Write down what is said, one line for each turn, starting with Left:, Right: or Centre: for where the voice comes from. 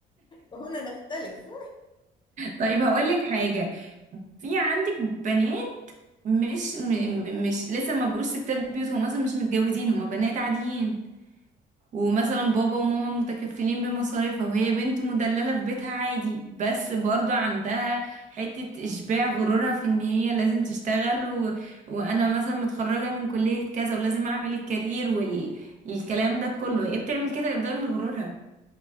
Left: <laughs> هنا نختلف
Right: طيب هقولك حاجة في عندك بنات مش م- م- مش لسه ما بقوش ستات بيوت هم اصلا مش متجوزين هم بنات عاديين ومثلا بابا وماما متكفلين بمصاريفها وهي بنت مدللة في بيتها عادي بس برضو عندها حتة إشباع غرورها في إن هي لازم تشتغل و... وأنا مثلا متخرجة من كلية كذا ولازم أعمل الكارير والكلام ده كله هي بتعمل كده إرضاء لغرورها